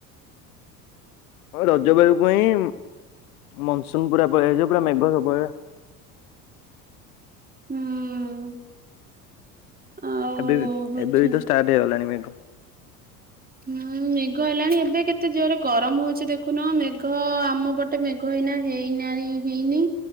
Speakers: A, on the left (about 80°); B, on the right (about 20°).
A: ରଜ ବେଳକୁ ହିଁ ମନସୁନ ପୁରା ପଳେଇଆବ ପୁରା ମେଘ ସବୁ ବେଳେ।
B: ହୁଁ ଆଉ
A: ଏବେ ବି
B: ହଉଛି
A: ଏବେ ବି ତ ଷ୍ଟାର୍ଟ ହେଇଗଲାଣି ମେଘ।
B: ହୁଁ ମେଘ ହେଲାଣି ଏବେ କେତେ ଜୋରେ ଗରମ ହଉଛି ଦେ ଖୁନ ମେଘ ଆମ ପଟେ ମେଘ ହେଇନା ହେଇନା ହେଇନି।